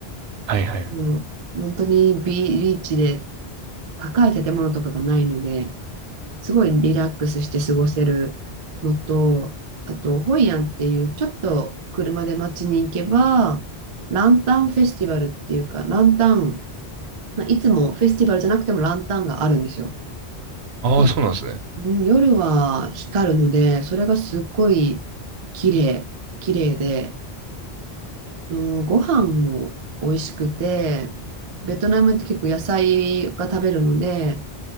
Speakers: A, on the right; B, on the right.
A: はいはい。
B: もう本当にビーチで高い建物とかがないので、すごいリラックスして過ごせるのと、あと、ホイアンっていうちょっと車で街に行けば、ランタンフェスティバルっていうか、ランタン、まあいつもフェスティバルじゃなくてもランタンがあるんですよ。
A: ああ、
B: で、
A: そうなんですね。
B: うん夜は光るので、それがすっごい綺麗、綺麗で、のご飯も美味しくて、ベトナムって結構野菜が食べるので、